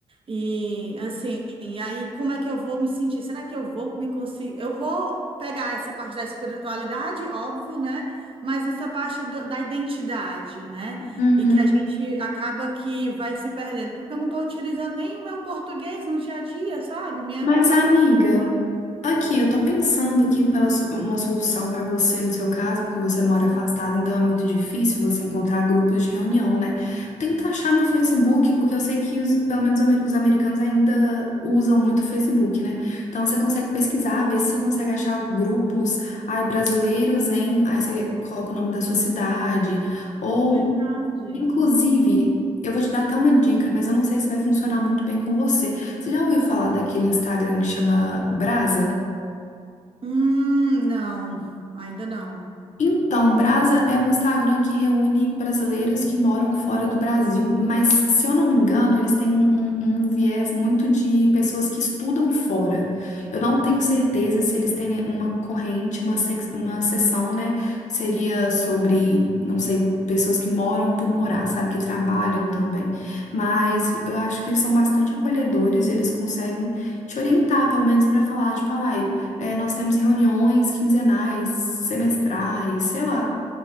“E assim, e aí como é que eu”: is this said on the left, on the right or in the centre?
Right